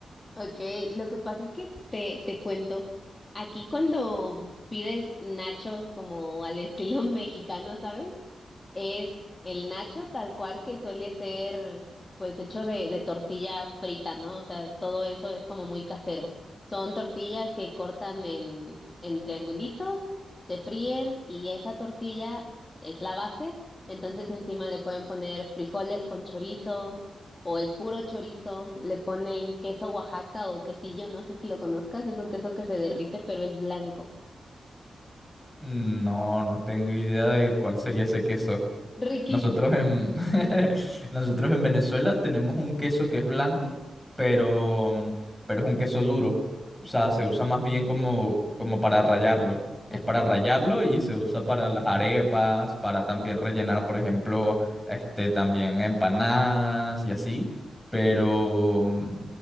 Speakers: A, on the left; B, in the centre.
A: Okay, lo que pasa es que te, te cuento, aquí cuando pides nachos como al estilo <laughs> mexicano, ¿sabes? Es el nacho tal cual que suele ser pues hecho de, de tortilla frita, ¿no? O sea, todo eso es como muy casero. Son tortillas que cortan en, en triangulitos, se fríen y esa tortilla es la base. Entonces encima le pueden poner frijoles con chorizo o el puro chorizo, le ponen queso Oaxaca o quesillo, no sé si lo conozcas, es un queso que se derrite pero es blanco.
B: No, no tengo idea de cuál sería ese queso.
A: Riquísimo.
B: Nosotros en, <laughs> nosotros en Venezuela tenemos un queso que es blanco, pero, mm, pero es un queso duro. O sea, se usa más bien como, como para rallarlo. Es
A: Ujú.
B: para rallarlo y se usa para las arepas, para también rellenar, por ejemplo, este, también empanadas y así. Pero, mm,